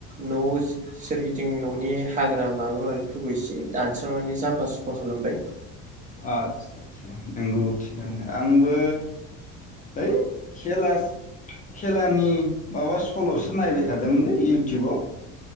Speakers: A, on the right; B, on the left.
A: न'ज सोरगिदिं ननि हाग्रा माबा माबिफोरखौ एसे दानस्रांनानै साफा सुफा खालामबाय
B: आत सा सा नोंगौ थिगानो
A: उम
B: आंबो है खेलास खेलानि माबा स फल'सो नायबाय थादोंमोनलै इउ <unintelligible>